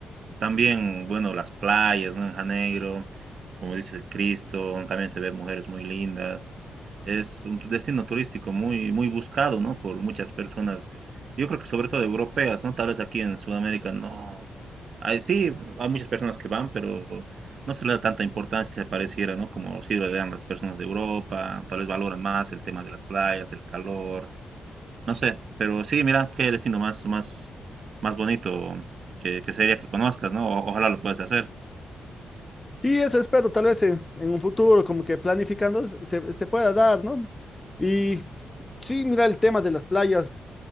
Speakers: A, on the right (about 60°); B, on the left (about 20°).
A: también, bueno, las playas, ¿no? En Janeiro, como dice Cristo, también se ve mujeres muy lindas. Es un destino turístico muy, muy buscado, ¿no? Por muchas personas. Yo creo que sobre todo europeas, ¿no? Tal vez aquí en Sudamérica no. Hay, sí, hay muchas personas que van, pero no se le da tanta importancia, pareciera, ¿no? Como sí le dan las personas de Europa, tal vez valoran más el tema de las playas, el calor, no sé, pero sí, mira, qué destino más, más, más bonito que, que sería que conozcas, ¿no? O- ojalá lo puedas hacer.
B: Y eso espero tal vez en, en un futuro, como que planificando se, se pueda dar, ¿no? Y sí, mira el tema de las playas.